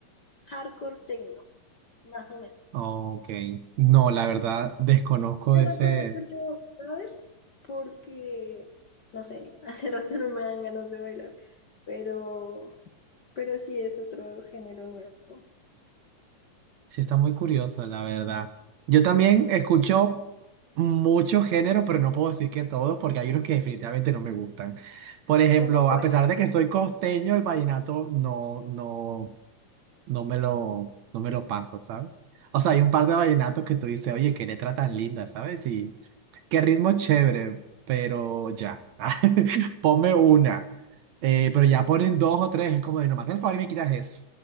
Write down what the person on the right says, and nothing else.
Ok. No, la verdad, desconozco
ese.
Sí, está muy curioso, la verdad. Yo también escucho muchos géneros, pero no puedo decir que todos, porque hay unos que definitivamente no me gustan. Por ejemplo,
a pesar de que soy costeño, el vallenato no, no. no me lo, no me lo paso, ¿sabes? O sea, hay un par de vallenatos que tú dices, oye, qué letra tan linda, ¿sabes? Y qué ritmo chévere, pero ya, <laughs> ponme una. Eh, pero ya ponen dos o tres, es como, de, no me haces el favor y me quitas eso.